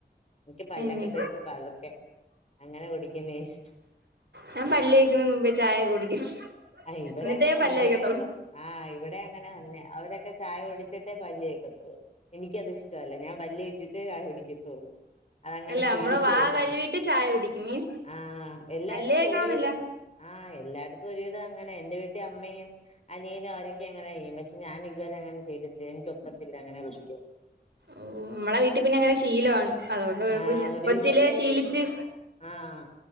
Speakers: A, on the left; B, on the right.
A: എനിക്ക് പല്ലൊക്കെ
B: എന്നെ
A: തേച്ച് പതുക്കെ അങ്ങനെ കുടിക്കുന്നാ ഇഷ്ടം
B: ഞാൻ പല്ലേക്കുന്ന മുമ്പേ ചായ കുടിക്കും
A: ആ ഇവരങ്ങനെ
B: എന്നിട്ടേ പല്ല്
A: ഇവരുടെഒള്ളൂ
B: തേക്കത്തുള്ളൂ
A: ആഹ് ഇവിടെ അങ്ങനെതന്നാ അവരൊക്കെ ചായ കുടിച്ചിട്ടേ പല്ലേക്കത്തുള്ളൂ എനിക്കതിഷ്ടല്ല ഞാൻ പല്ലെച്ചിട്ടേ ചായകുടിക്കത്തുള്ളൂ അതങ്ങനെ
B: അല്ല
A: ശീലിച്ചുപോയി
B: നമ്മള് വാ
A: പണ്ട്
B: കഴുകിട്ട് ചായ കുടിക്കും മീൻസ്
A: ആഹ് എല്ലാരുത്
B: പല്ല് തേക്കണോന്നില്ല
A: ഒരുവിധം ആഹ് എല്ലായിടത്തുഒരുവിധം അങ്ങനെയാ എന്റെ വീട്ടിആമ്മയും അനിയനും അവരൊക്കെ അങ്ങനെ ചെയ്യും പക്ഷെ ഞാൻ ഇതുവരെ അങ്ങനെ ചെയ്തിട്ടില്ല എനിക്ക് ഓക്കാത്തില്ല അങ്ങനെ കുടിക്കാൻ
B: ഓഹ് നമ്മളെ വീട്ടിപിന്നങ്ങനെ ശീലവാണ് അതുകൊണ്ട് കൊഴപ്പില്ല
A: ആഹ് ഒരുവിധം
B: കൊച്ചിലേ
A: എല്ലാ വീട്ടിലും
B: ശീലിച്ച്
A: ആഹ്